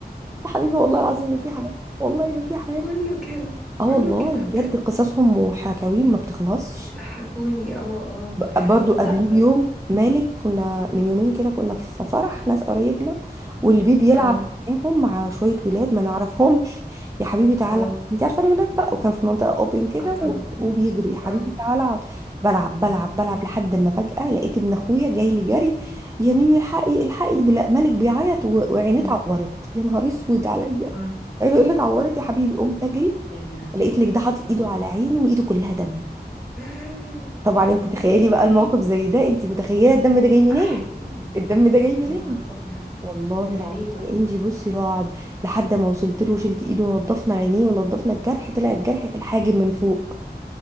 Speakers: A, on the right (about 20°); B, in the centre.
A: يا حبيبي والله العظيم ما في حاجه والله ما في حاجه
B: كله كده
A: اه
B: كله
A: والله
B: كده
A: بجد
B: بجد
A: قصصهم وحكاويهم ما بتخلصش
B: بيضحكوني اه اه
A: برضو قبليه
B: لا
A: بيوم مالك كنا من يومين كده كنا في فرح ناس قرايبنا والبيبي بيلعب
B: اه
A: معاهم مع شوية ولاد ما نعرفهمش يا حبيبي تعالى
B: اه
A: انت عارفة الولاد بقى وكان في منطقة اوبن كده
B: اه طبعا
A: و- وبيجروا يا حبيبي
B: اه
A: تعالى اقعد. بلعب بلعب بلعب لحد ما فجأة لقيت ابن اخويا جاي لي جري يا ميمي الحقي الحقي بلا- مالك بيعيط و- وعينيه
B: اه
A: اتعورت يا نهار اسود عليا
B: اه
A: عينه ايه اللي اتعورت يا حبيبي قمت اجري
B: يا لهوي
A: لقيت لك ده حاطط
B: اه
A: ايده على عينه وايده كلها دم
B: <gasps>
A: طبعا
B: يا حبيبي
A: انت تخيلي بقى الموقف زي ده انت متخيله الدم ده جاي منين
B: احيي
A: الدم ده جاي منين
B: يا نهار ابيض
A: والله
B: من
A: العظيم
B: عينيه طبعا
A: يا انجي بصي رعب لحد ما وصلت له وشلت ايده ونضفنا العينين ونضفنا الجرح طلع الجرح في الحاجب من فوق